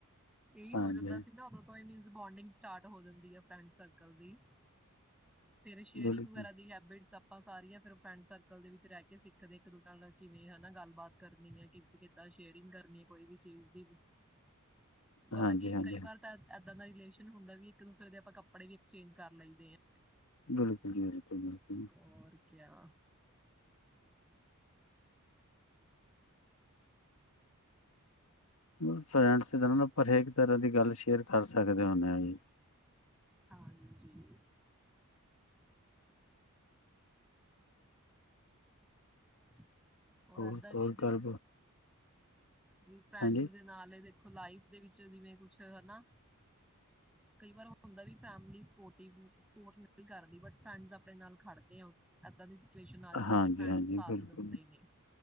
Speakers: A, in the centre; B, on the left (about 75°).
A: ਇਹੀ
B: ਹਾਂਜੀ
A: ਹੋ ਜਾਂਦਾ ਸੀ। ਉਦੋਂ ਹੀ, ਮੀਨਸ ਬੋਂਡਿੰਗ ਸਟਾਰਟ ਹੋ ਜਾਂਦੀ ਆ ਫਰੈਂਡ ਸਰਕਲ ਦੀ। ਫੇਰ, ਸ਼ੇਅਰਿੰਗ
B: ਬਿਲਕੁਲ
A: ਵਗੈਰਾ ਦੀ ਹੈਬਿਟ ਆਪਾਂ ਸਾਰੀਆਂ ਫਿਰ ਫਰੈਂਡਸ ਸਰਕਲ ਦੇ ਵਿੱਚ ਰਹਿ ਕੇ ਸਿੱਖਦੇ, ਇੱਕ ਦੂਜੇ ਨਾਲ ਕਿਵੇਂ ਹਨਾ ਗੱਲਬਾਤ ਕਰਨੀ ਆ, ਕਿ ਕਿੱਦਾਂ ਸ਼ੇਅਰਿੰਗ ਕਰਨੀ ਹੈ ਕੋਈ ਵੀ ਚੀਜ਼ ਦੀ। ਬਲਾ
B: ਹਾਂਜੀ
A: ਕਿ
B: ਹਾਂਜੀ
A: ਕਈ ਵਾਰ ਤਾਂ ਏ ਏਦਾਂ ਇੱਦਾਂ ਦਾ ਰਿਲੇਸ਼ਨ ਹੁੰਦਾ, ਵੀ ਇੱਕ ਦੂਸਰੇ ਦੇ ਆਪਾਂ ਕੱਪੜੇ ਵੀ ਐਕਸਚੇਂਜ ਕਰ ਲਈਦੇ ਆਂ।
B: ਬਿਲਕੁਲ ਜੀ, ਬਿਲਕੁਲ- ਬਿਲਕੁਲ ਜੀ।
A: ਔਰ ਕਿਆ।
B: ਮਤਲ ਫ਼੍ਰੇੰਡ੍ਸ ਦਾ ਪਰਹੇਜ ਤਰਾਂ ਦੀ ਗੱਲ ਸ਼ੇਅਰ ਕਰ ਸਕਦੇ ਹੁਣੇ ਆ ਜੀ।
A: ਹਾਂਜੀ। ਹ ਔਰ,
B: ਹੋਰ
A: ਏਦਾਂ
B: ਤੋਰ
A: ਵੀ ਦੇਖ
B: ਕਰ
A: ਵੀ ਫਰੈਂਡਸ
B: ਹਾਂਜੀ।
A: ਦੇ ਨਾਲ ਇਹ ਦੇਖੋ ਲਾਈਫ ਦੇ ਵਿੱਚ ਜਿਵੇਂ ਕੁਛ ਹਨਾ, ਕਈ ਵਾਰ ਹੁੰਦਾ ਵੀ ਫੈਮਿਲੀ ਸਪੋਰਟਿਵ ਸਪੋਰਟ ਨਹੀਂ ਕਰਦੀ, ਬਟ ਫਰੈਂਡਜ ਆਪਣੇ ਨਾਲ ਖੜਦੇ ਆ, ਇਦਾਂ ਦੀ ਸਿਚੂਏਸ਼ਨ ਆਂ ਜਾਂਦੀ
B: ਹਾਂਜੀ
A: ਏ, ਕਿ ਫਰੈਂਡਜ
B: ਹਾਂਜੀ
A: ਸਾਥ
B: ਬਿਲਕੁਲ
A: ਦਿੰਦੇ ਨੇ,